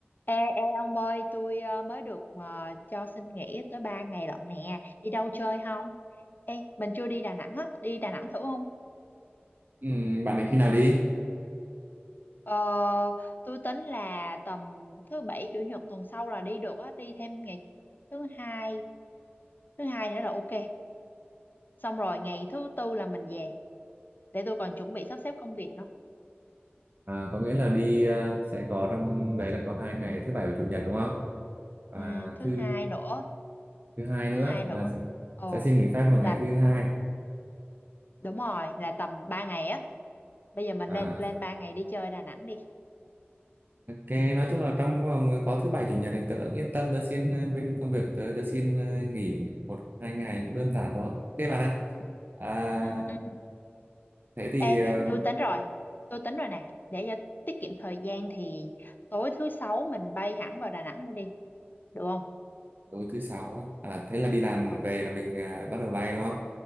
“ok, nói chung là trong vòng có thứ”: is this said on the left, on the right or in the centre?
Right